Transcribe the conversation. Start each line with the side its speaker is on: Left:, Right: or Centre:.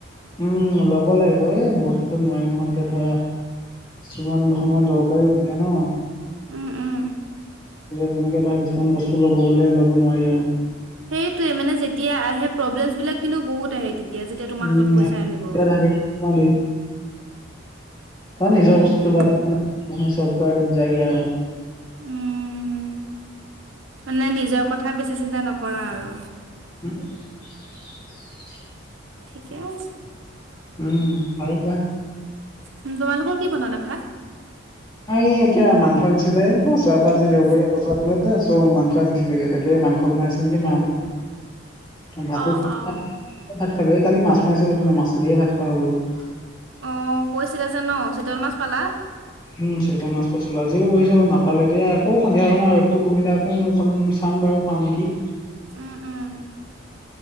Left: উম ল'ব লাগিব এই বহুত ক্ষেত্ৰত নোৱাৰি নহয় এতিয়া ধৰা কিছুমান সময় দৰকাৰী নে ন
Right: উম উম
Left: তেনেকে ধৰা কিছুমান বস্তু লব গলে ল'ব নোৱাৰি আৰু
Right: সেইটোয়ে মানে যেতিয়া আহে প্ৰব্লেমছ বিলাক কিন্তু বহুত আহে তেত- এতিয়া যেতিয়া তোমাৰ
Left: উম
Right: হাতত পইচা আহিব।
Left: তেতিয়া থাকে তোমাৰ ত নিজৰ
Right: সেইটোৱে
Left: বস্তুটো বাদ নাই চবক যায়গে আৰু।
Right: উম মানে নিজৰ কথা বেছি চিন্তা নকৰা আৰু।
Left: <unintelligible>
Right: ঠিকে আছে
Left: উম আৰু কোৱা।
Right: উ তোমালোকৰ কি বনালে ভাত।
Left: আ এতিয়া মাংস নিছিলে চ পৰা আজি
Right: উম
Left: দেওবৰীয়া বজাৰলে যে চ' মাংস নিছিলেগে ত। এই মাংস বনাইছে নেকি মাহতে। ভাতো
Right: অ অ
Left: ভাত খালো এই কালি মাছ মাৰিছিলো মানে মাছেদিয়ে ভাত খোৱা হ'ল অলপ।
Right: অ কৈছিলা যে ন চিতল মাছ পালা।
Left: উম চটো মাছ পাইছিলো আজিও পাইছো নাপালো এতিয়া আকৌ সন্ধিয়া খনৰ ৰদটো কমিলে আকৌ অকন চ। পাম বাৰু পাম নেকি।
Right: উম উম।